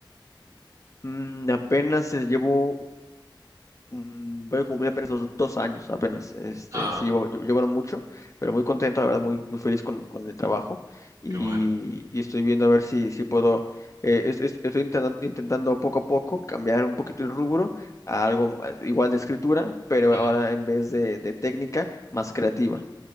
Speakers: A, on the left; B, on the right.
A: Mm, apenas eh, llevo Mm, Voy a cumplir apenas los dos años, apenas. Este,
B: Ah,
A: sí, llevo, llevo- llevaron mucho, pero muy contento, la verdad, muy, muy feliz con, con el trabajo. Y,
B: qué bueno.
A: y estoy viendo a ver si, si puedo, eh, es- es- estoy intentando, intentando poco a poco cambiar un poquito el rubro a algo más- igual de escritura, pero
B: Mm,
A: ahora en vez de, de técnica, más creativa,